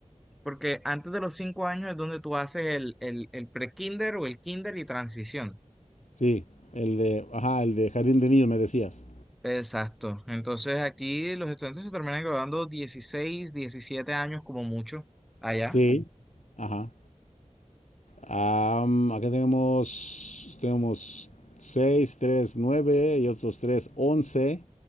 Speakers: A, in the centre; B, on the left.
A: porque antes de los 5 años es donde tú haces el, el, el pre-kinder o el kinder y transición.
B: Sí, el de, ajá, el de jardín de niños me decías.
A: Exacto. Entonces aquí los estudiantes se terminan graduando 16 17 años como mucho allá.
B: Sí, ajá. Am, acá tenemos, tenemos 6 3 9 y otros 3 11